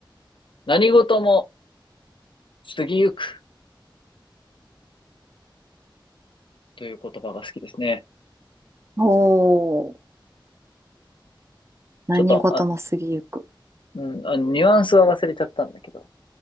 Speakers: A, on the left (about 75°); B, on the right (about 35°).
A: 何事も過ぎゆく。という言葉が好きですね。
B: おー何事も過ぎゆく。
A: ちょっと、あ、うん、あ、ニュアンスは忘れちゃったんだけど、